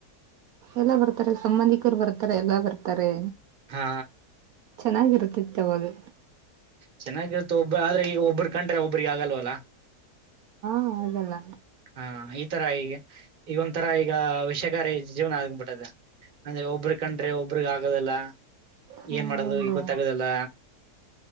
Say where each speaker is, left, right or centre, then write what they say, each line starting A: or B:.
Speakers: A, on the right; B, on the right.
A: ಎಲ್ಲಾ ಬರ್ತಾರೆ ಸಂಬಂಧಿಕರು ಬರ್ತಾರೆ ಎಲ್ಲಾ ಬರ್ತಾರೆ
B: ಹಾ
A: ಚೆನ್ನಾಗಿರುತ್ತತ್ತುವಾಗ
B: ಚೆನ್ನಾಗಿರುತ್ತೆ ಒಬ್ಬ ಆದ್ರೆ ಈಗ ಒಬ್ಬ್ರ ಕಂಡ್ರೆ ಒಬ್ಬ್ರಗ ಆಗಲ್ವಲ್ಲ
A: ಹ ಅದೆಲ್ಲ
B: ಹಾ ಈ ತರ ಈಗ ಈಗ ಒಂಥರ ಈಗ ವಿಷಕಾರಿ ಜೀವನ ಆಗ್ಬಿಟ್ಟದೆ ಅಂದೆ ಒಬ್ರ ಕಂಡ್ರೆ ಒಬ್ರಗ್ ಆಗದಲ್ಲ
A: ಹಾಂ
B: ಏನ್ ಮಾಡದು
A: ಹೌದು
B: ಈ ಗೊತ್ತಾಗುದಲ್ಲ